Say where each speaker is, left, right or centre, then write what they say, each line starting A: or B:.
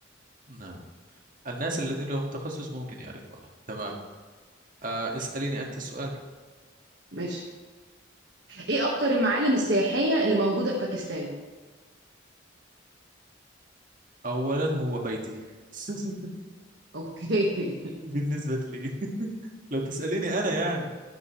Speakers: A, on the right; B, on the right.
A: نعم الناس الذين لهم تخصص ممكن يعرفوها تمام آه اسأليني أنت السؤال
B: ماشي ايه اكتر المعالم السياحية اللي موجودة في باكستان
A: أولا هو بيتي <laughs>
B: اوكي <laughs>
A: بالنسبة لي لو تسأليني أنا يعني